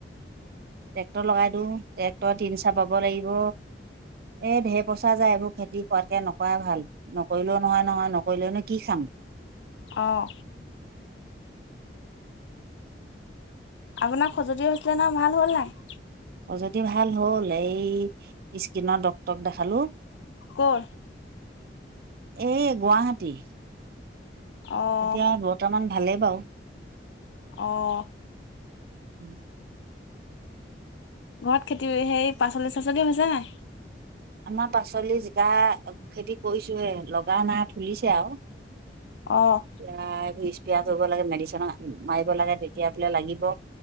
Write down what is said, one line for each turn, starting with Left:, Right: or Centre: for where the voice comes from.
Right: ট্ৰেক্টৰ লগাই দিওঁ ট্ৰেক্টৰে তিনিচা বাব লাগিব এ ধেৰ পইচা যায় এইবোৰ খেতি কৰাতকে নকৰা ভাল, নকৰিলেও নহয় নহয় নকৰিলেওনো কি খাম?
Left: অহ। আপোনাৰ খজুৱতি হৈছিলে নহয়, ভাল হ'ল নাই?
Right: যদি ভাল হ'ল এই স্কিনৰ ডক্টৰক দেখালো
Left: ক'ৰ?
Right: এ গুৱাহাটী।
Left: অ'
Right: এতিয়া, বৰ্তমান ভালেই বাৰু।
Left: অহ
Right: উম।
Left: ঘৰত খেতি সে-সেই পাচলি চাচলি হৈছে নাই?
Right: আমাৰ পাচলি জিকা খেতি কৰিছোহে লগা নাই ফুলিছে আৰু।
Left: অ'
Right: <unintelligible> পিয়া কৰিব লাগে, মেডিচিন মা-মাৰিব লাগে তেতিয়া বোলে লাগিব।